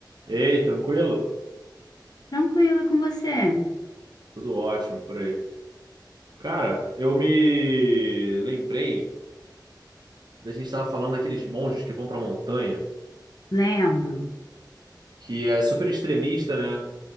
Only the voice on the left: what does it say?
Tranquilo com você?
Lembro.